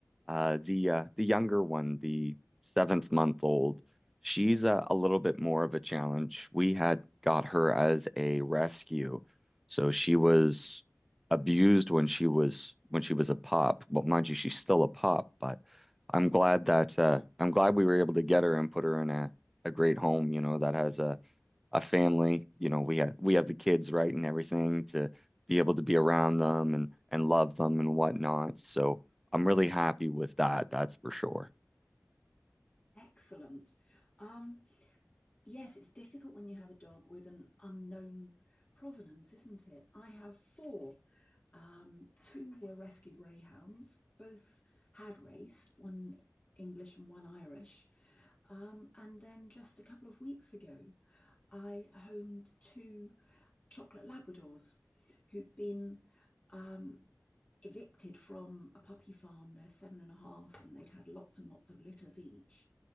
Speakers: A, in the centre; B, on the left (about 25°).
A: Uh, the uh, the younger one, the seventh month old, she's a, a little bit more of a challenge. We had got her as a rescue, so she was abused when she was when she was a pup. Well, mind you, she's still a pup, but I'm glad that uh, I'm glad we were able to get her and put her in a, a great home, you know, that has a a family. You know, we have we have the kids, right, and everything to be able to be around them and and love them and whatnot. So I'm really happy with that. That's for sure.
B: Excellent. Um, yes, it's difficult when you have a dog with an unknown provenance, isn't it? I have four. Um, two were rescue greyhounds, both had raced, one English and one Irish. Um, and then just a couple of weeks ago, I homed two chocolate Labradors who'd been um, evicted from a puppy farm. They're seven and a half, and they'd had lots and lots of litters each.